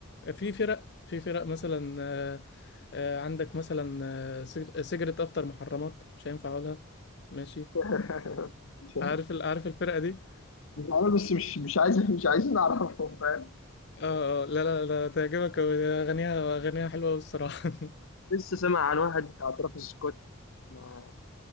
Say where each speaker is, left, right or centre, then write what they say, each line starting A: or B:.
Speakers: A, on the left; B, on the left.
A: في فرق في فرق مثلا آه، آه، عندك مثلا آه، سيج- سيجرت افتر محرمات مش هينفع اقولها ماشي
B: <laughs> مش
A: عارف ال... عارف الفرقة دي
B: عارف بس مش مش عايز مش عايزين نعرفهم فاهم
A: اه اه لا لا لا تعجبك أوي، اغانيها اغانيها حلوة أوي الصراحة <laughs>
B: لسه سامع عن واحد بتاع ترافيس سكوت ما